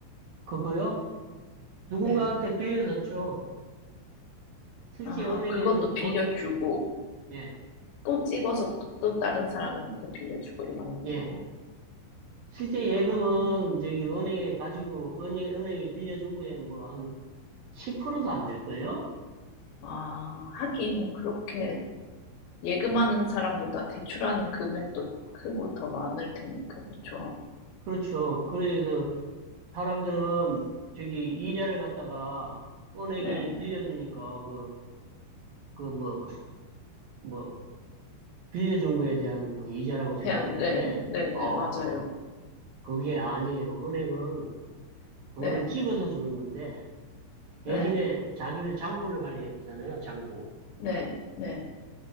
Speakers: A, on the right; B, on the left.
A: 그거요. 누군가한테
B: 네.
A: 빌려줬죠. 실제
B: 아,
A: 은행에는
B: 그것도 빌려주고,
A: 돈, 돈- 예.
B: 또 찍어서 또 또 다른 사람한테 빌려주고 이런 건가요?
A: 예. 실제 예금은
B: 아,
A: 저기 은행에
B: 네.
A: 가지고 은행, 은행이 빌려준 거에 뭐 한 10%도 안 될걸요?
B: 아, 하긴 그렇게 예금하는 사람보다 대출하는 금액도 크고 더 많을 테니까, 그쵸?
A: 그렇죠. 그래서 사람들은 저기 이자를 갖다가 은행이
B: 네.
A: 빌려주니까 그, 그 뭐, 뭐, 빌려준 거에 대한 그 이자라고 생각하는데,
B: 대한, 네, 네, 네,
A: 아,
B: 맞아요.
A: 그게 아니에요. 은행은 돈을
B: 네,
A: 찍어서 주는 건데, 대신에
B: 네,
A: 자기들 장부를 관리해야 되잖아요. 장부.
B: 네, 네,